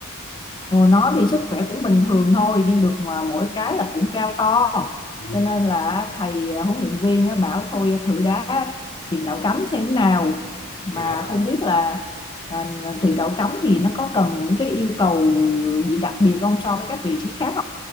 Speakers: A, on the left; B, on the left.
A: Ồ, nó thì sức khỏe cũng bình thường thôi nhưng được mà mỗi cái là cũng cao to
B: ừ.
A: cho nên là thầy à, huấn luyện viên á, bảo thôi thử đá tiền đạo cắm xem thế nào mà
B: thì đó
A: không biết là à, tiền đạo cắm thì nó có cần những cái yêu cầu gì đặc biệt không so với các vị trí khác